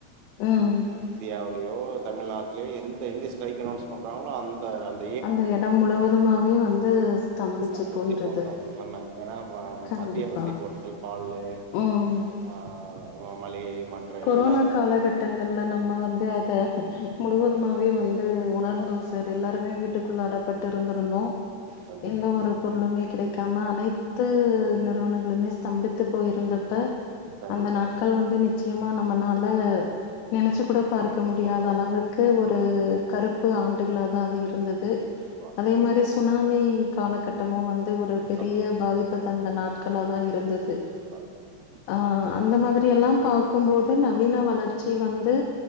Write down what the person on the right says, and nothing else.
இந்த இந்தியாவுலயோ தமிழ்நாட் லயோ எந்த எங்க ஸ்ட்ரைக் அலொன்ஸ் பண்றாங்களோ அந்த அங்
சம்பத்தி
<unintelligible> சொன்னே ஏனா வ
மத்தியாவசிய பொருட்கள் பாலு
ஆ ஆமா மளிகை மற்ற
எல்லா
கண்டிப்பா
ஆமாமா
கண்டிப்பா
கண்டிப்பா
குடுப்பா
இப் பார்
ஆமா
கண்டிப்பா
கண்டிப்பா
நம்ம